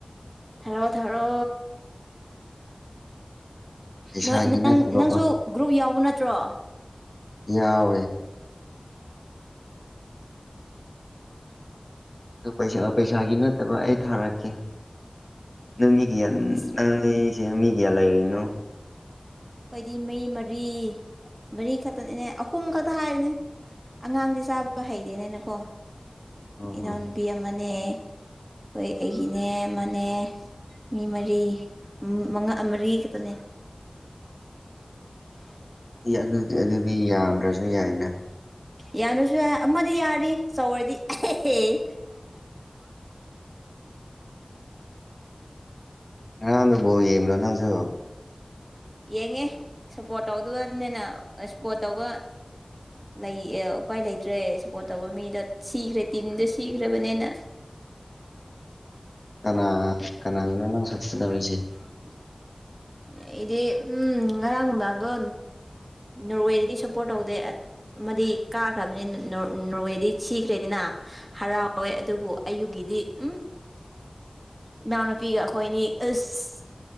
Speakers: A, on the right; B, on the left.
A: ꯊꯔꯣ ꯊꯥꯔꯣ
B: ꯄꯩꯁꯥꯒꯤ
A: ꯅꯣꯏ ꯅꯪ
B: ꯅꯠꯇꯕꯀꯣ
A: ꯅꯪꯁꯨ ꯒ꯭ꯔꯨꯞ ꯌꯥꯎꯕ ꯅꯠꯇ꯭ꯔꯣ
B: ꯌꯥꯋꯦ ꯑꯗꯨ ꯄꯩꯁ ꯄꯩꯁꯥꯒꯤ ꯅꯠꯇꯕ ꯑꯩ ꯊꯥꯔꯛꯀꯦ ꯅꯣꯏ ꯃꯤꯒꯌꯥ
A: ꯑꯁ
B: ꯅꯁꯦ ꯃꯤꯒꯌꯥ ꯂꯩꯔꯤꯅꯨ
A: ꯑꯩꯣꯏꯗꯤ ꯃꯩ ꯃꯔꯤ ꯃꯔꯤ ꯈꯛꯇꯅꯦꯅꯦ ꯑꯍꯨꯝ ꯈꯛꯇ ꯍꯥꯏꯕꯅꯦ ꯑꯉꯥꯡꯗꯤ ꯆꯥꯕ ꯍꯩꯔꯦꯅꯦꯅꯀꯣ
B: ꯑꯣ
A: ꯏꯅꯥꯎꯅꯨꯄꯤ
B: ꯍꯣ
A: ꯑꯃꯅꯦ ꯍꯣꯏ ꯑꯩꯒꯤꯅꯦ ꯑꯃꯅꯦ ꯃꯤ ꯃꯔꯤ ꯃꯉꯥ ꯃꯔꯤ ꯈꯛꯇꯅꯦ ꯍ
B: ꯑꯗꯨꯗꯤ ꯑꯗꯨꯗꯤ ꯌꯥꯝꯗ꯭ꯔꯁꯨ ꯌꯥꯏꯅ
A: ꯌꯥꯅꯁꯨ ꯌꯥꯏ ꯑꯃꯗꯤ ꯌꯥꯔꯤ ꯆꯥꯎꯧꯔꯗꯤ ꯑꯦ
B: ꯑꯥꯣ ꯧ ꯌꯦꯡ ꯂꯣ ꯅꯪꯁꯨꯣ
A: ꯌꯦꯡꯉꯦ ꯁꯞꯄꯣꯔꯠ ꯇꯧꯗꯨꯒ ꯑꯗꯨꯅꯤꯅ ꯁꯞꯄꯣꯔꯠ ꯇꯧꯕ ꯂꯩ ꯎꯄꯥꯏ ꯂꯩꯇ꯭ꯔꯦ ꯁꯄꯣꯔꯠ ꯇꯧꯕ ꯃꯤꯗꯣ ꯁꯤꯈ꯭ꯔꯦ ꯇꯤꯝꯗꯣ ꯁꯤꯈ꯭ꯔꯕꯅꯤꯅ
B: ꯀꯅꯥ ꯀꯅꯥꯗꯨꯅ ꯅꯪ ꯁꯛꯁꯤ ꯇꯧꯔꯤꯁꯦ
A: ꯎꯝ ꯑꯩꯗꯤ ꯎꯝ ꯉꯔꯥꯡ ꯅꯨꯡꯗꯥꯡꯗꯣ ꯅꯣꯔꯋꯦꯗꯗꯤ ꯁꯞꯄꯣꯔꯠ ꯇꯧꯗꯦ ꯑꯃꯗꯤ ꯀꯥꯈ꯭ꯔꯕꯅꯤ ꯅꯣꯔꯋꯦꯗꯤ ꯊꯤꯈ꯭ꯔꯦꯗꯅ ꯍꯔꯥꯎꯋꯦ ꯑꯗꯨꯕꯨ ꯑꯌꯨꯒꯤꯗꯤ ꯎꯝ ꯏꯅꯥꯎꯅꯨꯄꯤꯒ ꯑꯩꯈꯣꯏꯅꯤ ꯏꯁꯁ